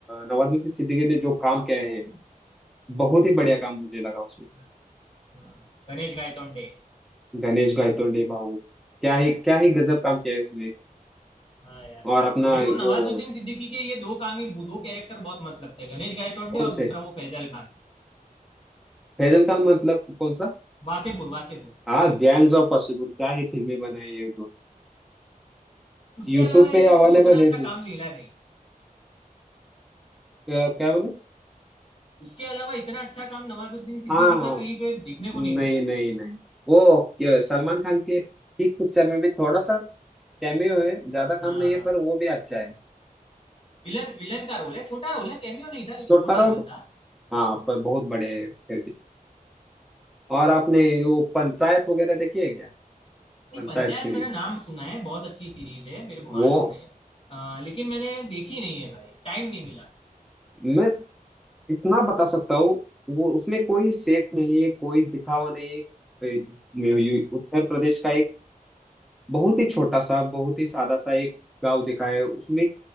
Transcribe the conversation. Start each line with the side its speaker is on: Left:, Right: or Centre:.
Centre: नवाजुद्दीन सिद्दीकी ने जो काम किया है बहुत ही बढ़िया काम मुझे लगा उसमें
Left: हाँ, हाँ। गणेश गायतोंडे
Centre: गणेश गायतोंडे भाऊ क्या ही क्या ही गजब काम किया है उसने
Left: हाँ यार
Centre: और अपना
Left: मेरे को नवाजुद्दीन
Centre: वो स-
Left: सिद्दीकी के ये दो काम ही दो कैरेक्टर बहुत मस्त लगते हैं गणेश गायतोंडे
Centre: कौन
Left: और
Centre: से
Left: दूसरा वो फैजल खान
Centre: फैजल खान मतलब कौन सा
Left: वासेपुर वासेपुर
Centre: हाँ गैंग्स ऑफ वासेपुर क्या ही फिल्में बनाई है वो
Left: उसके
Centre: यूट्यूब
Left: अलावा यार
Centre: पे
Left: उनको
Centre: अवेलेबल
Left: उतना अच्छा
Centre: है
Left: काम मिला नहीं
Centre: क्या, क्या बोले
Left: उसके अलावा इतना अच्छा काम नवाजुद्दीन सिद्दीकी
Centre: हाँ
Left: का कहीं पे देखने को
Centre: नहीं
Left: नहीं मिला
Centre: नहीं नहीं वो क्या- सलमान खान के पीक पिक्चर में भी थोड़ा सा कैमियो है ज्यादा काम
Left: हाँ
Centre: नहीं
Left: हाँ
Centre: है पर वो भी अच्छा है
Left: विलन विलन का रोल है छोटा रोल है कैमियो नहीं था लेकिन
Centre: छोटा
Left: छोटा
Centre: रहो
Left: रोल था
Centre: हाँ पर बहुत बड़े हैं फिर भी और आपने वो पंचायत वगैरह देखी है क्या
Left: नहीं
Centre: पंचायत
Left: पंचायत
Centre: सीरीज
Left: मैंने नाम सुना है बहुत अच्छी सीरीज है मेरे को
Centre: वो
Left: मालूम है अ, लेकिन मैंने देखी नहीं है भाई टाइम नहीं मिला
Centre: मैं इतना बता सकता हूँ वो उसमें कोई सेट नहीं है कोई दिखावा नहीं है ये- ये उत्तर प्रदेश का बहुत ही छोटा सा बहुत ही सादा सा एक गांव दिखाया है उसमें